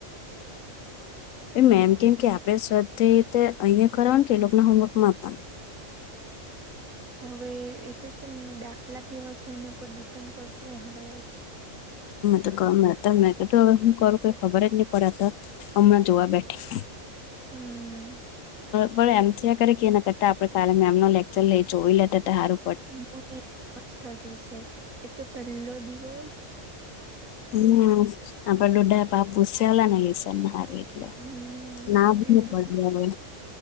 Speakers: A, on the left; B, on the right.
A: એ મે એમ કેમ કે આપણે સ્વાધ્યાય રીતે અહિયા કરવાનું કે એ લોકોને હોમવર્ક માં આપવાનું.
B: હવે એ તો છે ને દાખલા કેવા છે એના પરર ડિપેન્ડ કરતું અહી કદાચ
A: તો ક મે હ હું કરુંઈ ખબર જ નહી પડે તો હમણાં જોવા બેઠી.
B: હમ્મ.
A: પણ એમથી કરે કે એ કરતાડ કલે મે એમનો લેકચર લઈ જોઈ લેતા હતા સારું.
B: મનેજ થતું છે એક તો પહેલો દિવોસ.
A: હમ આપ દોડા પાપુ સલા ન સ હાર એટલે
B: હમ
A: નાભ
B: તેજ
A: હી પડે
B: ને
A: હવે.